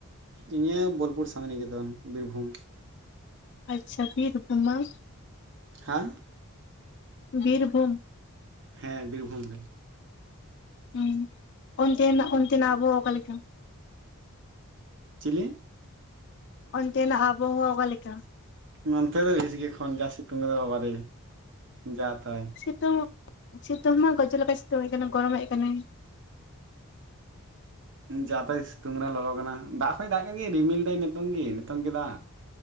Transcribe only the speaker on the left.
ᱟᱪᱪᱷᱟ, ᱵᱤᱨᱵᱷᱩᱢ ᱵᱟᱝ?
ᱵᱤᱨᱵᱷᱩᱢ᱾
ᱦᱩᱸ, ᱚᱱᱛᱮᱱᱟᱜ, ᱚᱱᱛᱮᱱᱟᱜ ᱟᱵᱚᱦᱟᱣᱟ ᱚᱠᱟᱞᱮᱠᱟ?
ᱚᱱᱛᱮᱱᱟᱜ ᱟᱵᱚᱦᱚᱣᱟ ᱚᱠᱟ ᱞᱮᱠᱟ?
ᱥᱤᱛᱩᱝ, ᱥᱤᱛᱩᱝ ᱦᱚᱸ ᱜᱚᱡᱚᱜ ᱞᱮᱠᱟᱭ ᱥᱤᱛᱩᱝᱮᱜ ᱠᱟᱱᱟ, ᱜᱚᱨᱚᱢᱮᱜ ᱠᱟᱱᱟᱭ᱾